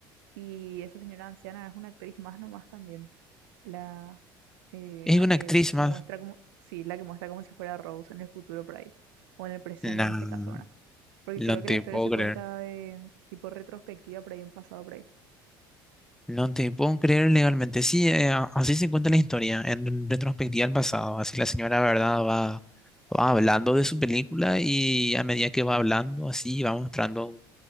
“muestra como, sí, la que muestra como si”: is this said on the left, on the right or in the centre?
Right